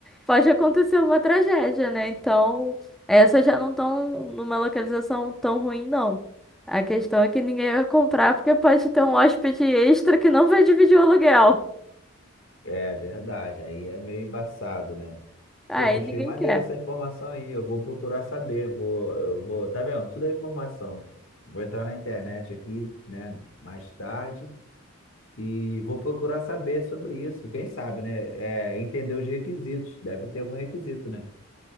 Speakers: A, in the centre; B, on the left.
A: pode acontecer uma tragédia, né? Então, essas já não estão numa localização tão ruim, não. A questão é que ninguém vai comprar porque pode ter um hóspede extra que não vai dividir o aluguel.
B: É verdade, aí é meio embaçado, né?
A: Aí
B: Poxa, achei
A: ninguém
B: maneiro
A: quer.
B: essa informação aí. Eu vou procurar saber. Vou, eu vou, tá vendo? Tudo é informação. Vou entrar na internet aqui, né, mais tarde e vou procurar saber sobre isso. Quem sabe, né? É, entender os requisitos. Deve ter algum requisito, né?